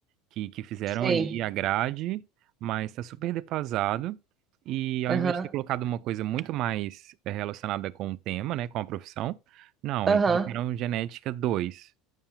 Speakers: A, on the right (about 55°); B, on the right (about 30°).
A: Que, que fizeram
B: sei.
A: ali a grade, mas está super defasado. E ao
B: Aham,
A: invés de ter colocado uma coisa muito mais eh, relacionada com o tema, né? Com a profissão, não,
B: aham.
A: e colocaram genética dois